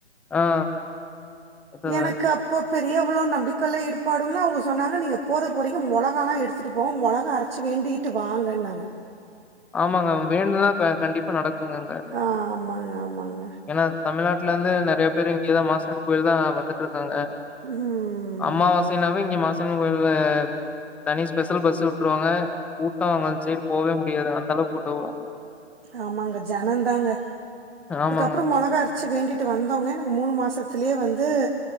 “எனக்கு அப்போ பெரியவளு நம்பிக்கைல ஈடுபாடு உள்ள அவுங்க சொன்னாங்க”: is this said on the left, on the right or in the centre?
Right